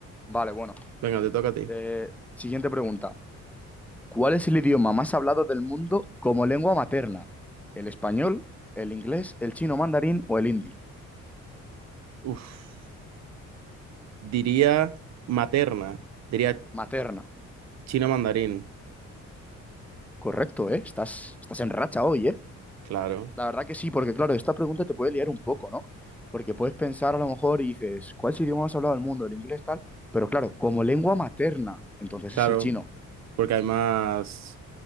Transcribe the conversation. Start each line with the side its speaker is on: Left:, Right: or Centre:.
Centre: Vale, bueno.
Right: Venga, te toca a ti.
Centre: Eh, siguiente pregunta. ¿Cuál es el idioma más hablado del mundo como lengua materna? ¿El español, el inglés, el chino mandarín o el hindi?
Right: Uf, diría materna, diría
Centre: Materna.
Right: chino mandarín.
Centre: Correcto, ¿eh? Estás, estás en racha hoy, eh.
Right: Claro,
Centre: La verdad que sí, porque claro, esta pregunta te puede liar un poco, ¿no? Porque puedes pensar a lo mejor y dices, ¿cuál es el idioma más hablado del mundo? El inglés tal, pero claro, como lengua materna, entonces
Right: claro,
Centre: es el chino.
Right: porque hay más